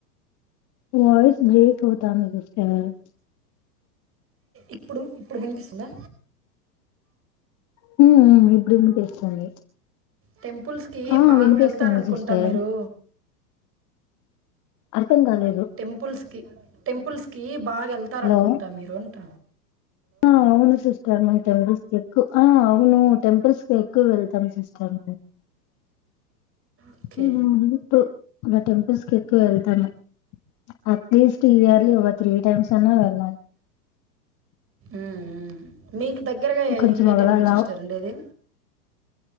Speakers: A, on the left; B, on the right.
A: వాయిస్ బ్రేక్ అవుతాంది సిస్టర్
B: ఇప్పుడు ఇప్పుడు వినిపిస్తుందా
A: హు హు ఇప్పుడు వినిపిస్తుంది
B: టెంపుల్స్ కి
A: ఆ
B: బాగా
A: వినిపిస్తుంది
B: వెళ్తారనుకుంటా
A: సిస్టర్
B: మీరు
A: అర్థం కాలేదు
B: టెంపుల్స్ కి టెంపుల్స్ కీ బాగా వెళ్తారు
A: హలో
B: అనుకుంటా మీరు ట
A: ఆ అవును సిస్టర్ మేం టెంపుల్స్ ఎక్కువ ఆ అవును టెంపుల్స్కి ఎక్కువ వెళ్తాం సిస్టర్
B: ఓకే
A: ఉ ఉ టూ ఇలా టెంపుల్స్ కి ఎక్కువ వెళ్తాను అట్లియాస్ట్ ఇయర్ కి ఒక త్రీ టైమ్స్ అయినా వెళ్ళాలి
B: ఉ ఉ మీకు దగ్గరగా
A: కొంచెం
B: ఏ
A: ఒకలా
B: టెంపుల్స్ సిస్టర్ ఉండేది